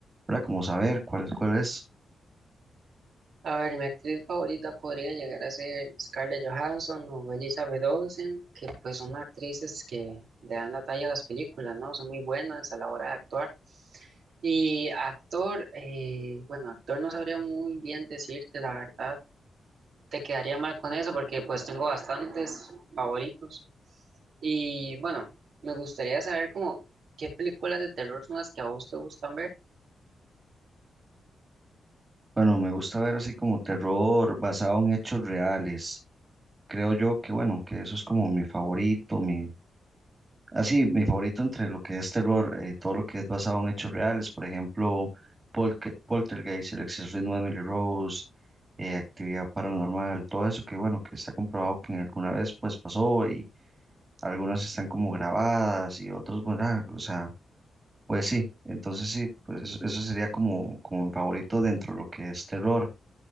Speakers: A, on the right (about 25°); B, on the right (about 70°).
A: ¿verdad? Como saber cuál, cuál es.
B: A ver, mi actriz favorita podría llegar a ser Scarlett Johansson o Elizabeth Olsen, que pues son actrices que le dan la talla a las películas, ¿no? Son muy buenas a la hora de actuar. Y actor, eh, bueno, actor no sabría muy bien decirte la verdad. te quedaría mal con eso porque pues tengo bastantes favoritos. Y bueno, me gustaría saber como qué películas de terror son las que a vos te gustan ver.
A: Bueno, me gusta ver así como terror basado en hechos reales. Creo yo que bueno, que eso es como mi favorito, mi Así, mi favorito entre lo que es terror, eh, todo lo que es basado en hechos reales, por ejemplo, Polke- Poltergeist, El exorcismo de Emily Rose, eh, Actividad Paranormal, todo eso que bueno, que está comprobado que en alguna vez pues pasó y algunas están como grabadas y otros, bueno, ah, o sea, pues sí, entonces sí, pues eso, eso sería como, como mi favorito dentro de lo que es terror.